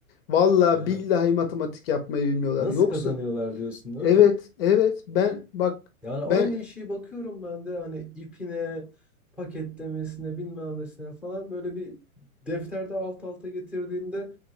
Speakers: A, on the left; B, in the centre.
A: Vallahi
B: aha.
A: billahi matematik yapmayı bilmiyorlar.
B: Nasıl
A: Yoksa
B: kazanıyorlar diyorsun değil
A: Evet,
B: mi?
A: evet. Ben bak
B: Yani aynı
A: ben
B: işi bakıyorum ben de hani ipine, paketlemesine, bilmemesine falan böyle bir defterde alt alta getirdiğinde